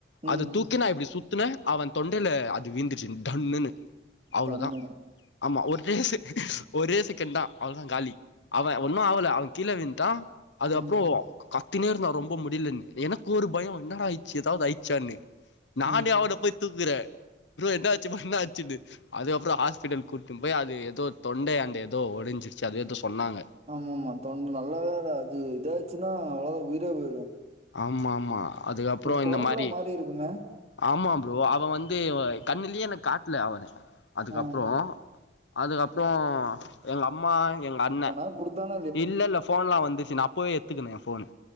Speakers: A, on the right; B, on the left.
A: ம்.
B: அத தூக்கி நா இப்டி சுத்துன அவன் தொண்டில அது வீந்துச்சு டங்குன்னு அவ்வளோதான்
A: தன்னு.
B: ஆமா ஒரே செக ஒரே செகண்ட் தான் அவ்ளோதான் காலி அவன் ஒன்னும் ஆல அவன் கீழ வீட்டான் அது
A: ம்,
B: அப்பறோ கத்தினே இருந்தா ரொம்ப முடியலன்னு எனக்கு ஒரு பயம் என்னட ஆயிடுச்சு ஏதாவது ஆயிடுச்சான்னு நானே
A: ம்.
B: அவன போய் தூக்குறேன் ப்ரோ என்ன ஆச்சு பா என்னா ஆச்சுன்னு அதுக்கப்பறம் ஹாஸ்பிட்டல் கூட்டிட்டு போய் அது ஏதோ தொண்டையான்ட ஏதோ ஒடிஞ்சிருச்சா அது எதோ சொன்னாங்க
A: ஆமா ஆமா தொண் நல்ல வேலை அது இதாச்சுன்னா அவ்ளோதான் உயிரே போய்டும்
B: ஆமா ஆமா அதுக்கப்புறம்
A: குரல்லாம்
B: இந்த மாரி
A: மாறி இருக்குமே!
B: ஆமா ப்ரோ அவன் வந்து கண்ணுலயே எனக்கு காட்ல அவன அதுக்கப்பறோ
A: ஆ.
B: அதுக்கப்பறோ எங்க அம்மா எங்க அண்ண
A: ன கொடுத்தான
B: இல்ல இல்ல போன்லாம் வந்துச்சு நான் அப்பவே எத்துக்குனே என் போன